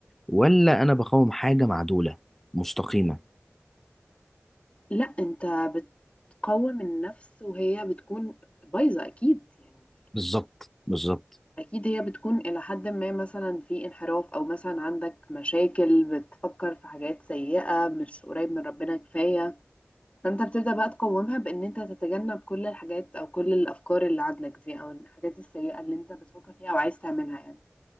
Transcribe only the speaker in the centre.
ولا انا بقوم حاجه معدوله مستقيمه
بالظبط بالظبط